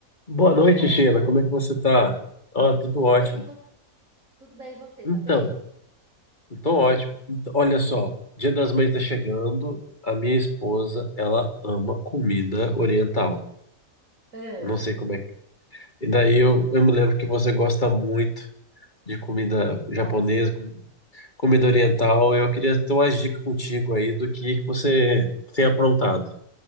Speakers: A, on the left; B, on the right.
A: Boa noite,
B: Oi, Taimã,
A: Sheila. Como é que você tá? Ah, tudo
B: tudo
A: ótimo.
B: bem você? Tudo bem você,
A: Então,
B: tá bem?
A: então ótimo. Então, olha só, Dia das Mães tá chegando. A minha esposa, ela ama comida oriental.
B: Ah,
A: Não sei como é que. é. E daí eu, eu me lembro que você gosta muito de comida japonesa,
B: nossa,
A: com- comida oriental. Eu queria ter umas dicas contigo aí do que que você tem aprontado.